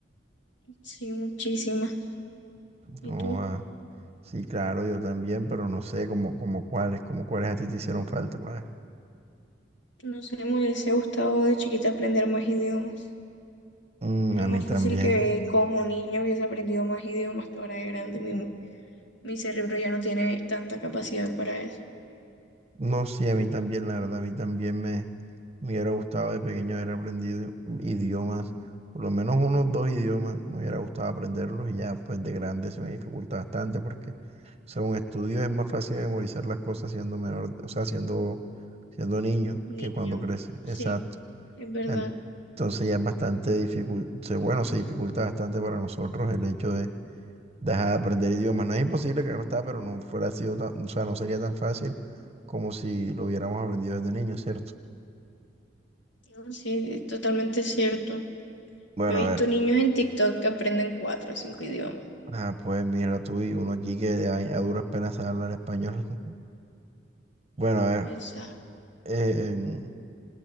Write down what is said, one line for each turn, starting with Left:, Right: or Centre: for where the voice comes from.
Left: Sí, muchísimas. ¿Y
Right: No,
Left: tú?
Right: ah, sí, claro, yo también, pero no sé como, como cuáles, como cuáles a ti te hicieron falta, padre.
Left: No sé, me hubiese gustado de chiquita aprender más idiomas.
Right: Mm,
Left: Era
Right: a
Left: más
Right: mí también.
Left: fácil que como niña hubiese aprendido más idiomas que ahora de grande. Mi, mi cerebro ya no tiene tanta capacidad para eso.
Right: No, sí, a mí también, la verdad, a mí también me Me hubiera gustado de pequeño haber aprendido idiomas, por lo menos unos dos idiomas, me hubiera gustado aprenderlos y ya pues de grande se me dificulta bastante porque según estudios es más fácil memorizar las cosas siendo menor, o sea, siendo, siendo niño
Left: Niño,
Right: que cuando crece. Exacto.
Left: sí, es verdad.
Right: En- Entonces ya es bastante difícil, bueno, se dificulta bastante para nosotros el hecho de dejar de aprender idiomas. No es imposible, claro está, pero no fuera sido tan, o sea, no sería tan fácil como si lo hubiéramos aprendido desde niño, ¿cierto?
Left: No, Sí, es totalmente cierto.
Right: Bueno,
Left: Yo he
Right: a
Left: visto
Right: ver,
Left: niños en TikTok que aprenden cuatro o cinco idiomas.
Right: Ah, pues mira tú y uno aquí que de ahí a duras penas sabe hablar español. <laughs> Bueno, a ver,
Left: Exacto.
Right: eh, em,